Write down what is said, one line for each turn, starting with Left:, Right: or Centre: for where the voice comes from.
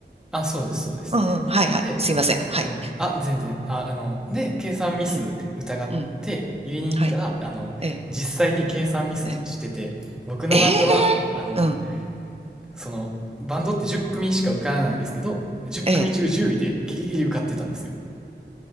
Centre: あ、そうです、そうです。
Right: うんうん。はいはい。
Centre: で、
Right: すいません。はい。
Centre: そう。あ、全然。あ、あの、で、計算ミス疑って言いに行ったら、
Right: うん。うん。はい。
Centre: あの、
Right: ええ。
Centre: 実際に計算ミスしてて、
Right: ええ。
Centre: 僕のバンドは、
Right: え
Centre: あの、
Right: えうん。
Centre: その、バンドって10組しか受からないんですけど、10組中10位でギリギリ受かってたんですよ。
Right: ええ。